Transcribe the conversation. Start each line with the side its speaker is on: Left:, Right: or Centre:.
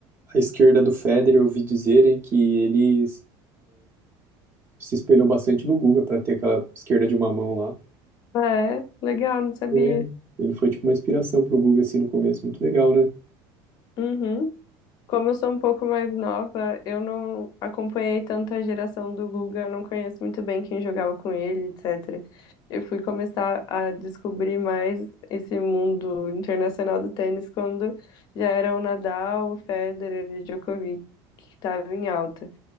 Right: a esquerda do Federer, eu ouvi dizerem que ele se espelhou bastante no Guga para ter aquela esquerda de uma mão lá.
Left: ah, é legal, não sabia.
Right: É. Ele foi, tipo, uma inspiração pro Guga, assim, no começo. Muito legal, né?
Left: Uhum. Como eu sou um pouco mais nova, eu não acompanhei tanto a geração do Guga, eu não conheço muito bem quem jogava com ele, etc. Eu fui começar a descobrir mais esse mundo internacional do tênis quando já era o Nadal, o Federer e o Djokovic que estavam em alta.